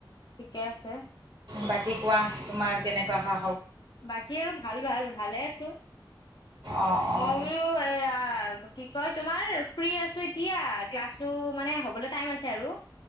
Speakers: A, on the left; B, on the right.
A: ঠিকে আছে।
B: বাকী কোৱা তোমাৰ কেনেকুৱা হা,
A: বাকী আৰু ভাল ভাল ভালে আছো
B: অঁ অঁ
A: মই বোলো এয়া, অ কি কয় তোমাৰ ফ্ৰী আছো এতিয়া ক্লাছো মানে হ'বলে টাইম আছে আৰু <inaudible>